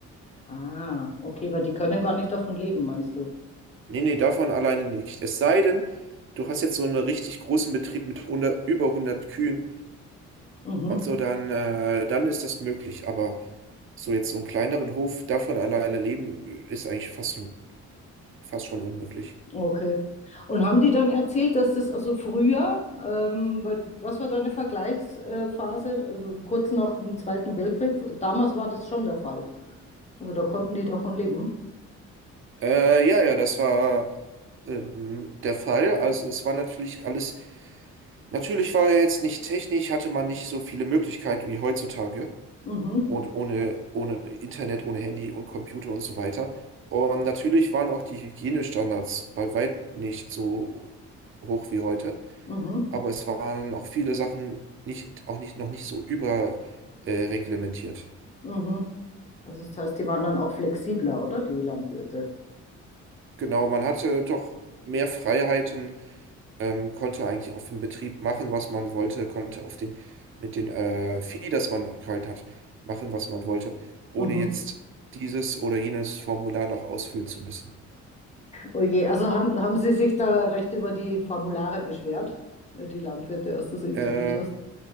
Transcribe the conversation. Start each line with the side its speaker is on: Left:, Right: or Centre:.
Left: Ah, okay, weil die können gar nicht davon leben, meinst du?
Right: Nee, nee, davon alleine nicht. Es sei denn, du hast jetzt so einen richtig großen Betrieb mit 100, über hundert Kühen
Left: Mhm.
Right: und so, dann, äh, dann ist das möglich. Aber so jetzt so einen kleineren Hof, davon alleine leben, äh, ist eigentlich fast schon, fast schon unmöglich.
Left: Okay. Und haben die dann erzählt, dass das also früher, ähm, weil- was war da eine Vergleichsphase? Also kurz nach dem Zweiten Weltkrieg, damals war das schon der Fall. Also da konnten die davon leben.
Right: Äh, ja, ja, das war ähm, der Fall. Also es war natürlich alles, natürlich war er jetzt nicht technisch, hatte man nicht so viele Möglichkeiten wie heutzutage.
Left: Mhm.
Right: und ohne, ohne Internet, ohne Handy und Computer und so weiter. Und natürlich waren auch die Hygienestandards bei weitem nicht so hoch wie heute,
Left: Mhm.
Right: aber es waren auch viele Sachen nicht, auch nicht, noch nicht so über äh, reglementiert.
Left: Mhm. Also das heißt, die waren dann auch flexibler, oder? Die Landwirte.
Right: Genau, man hatte doch mehr Freiheiten, ähm, konnte eigentlich auf dem Betrieb machen, was man wollte, konnte auf den, mit den äh, Vieh, das man gehalten hat, machen, was man wollte, ohne
Left: Mhm.
Right: jetzt dieses oder jenes Formular noch ausfüllen zu müssen.
Left: Oh je, also haben, haben Sie sich da recht über die Formulare beschwert, äh, die Landwirte, als du sie interviewt
Right: Ähm,
Left: hast?